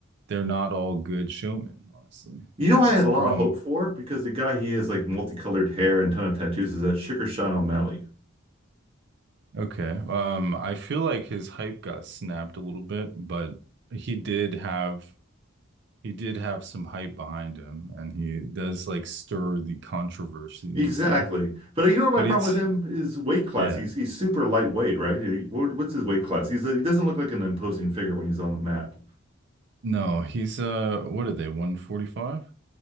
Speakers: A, on the right; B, on the right.
A: they're not all good showmen, honestly.
B: You know, I
A: That's
B: had
A: the
B: a lot
A: problem.
B: of hope for because the guy he has like multicolored hair and ton of tattoos is that Sugar Sean O'Malley.
A: Okay, um, I feel like his hype got snapped a little bit, but he did have he did have some hype behind him, and he does like stir the controversy
B: Exactly.
A: and stuff.
B: But you know what my
A: But
B: problem
A: he's
B: with him is weight class.
A: yeah,
B: He's he's super lightweight, right? He- what- What's his weight class? He's a, he doesn't look like an imposing figure when he's on the mat.
A: no, he's uh, what are they, 145?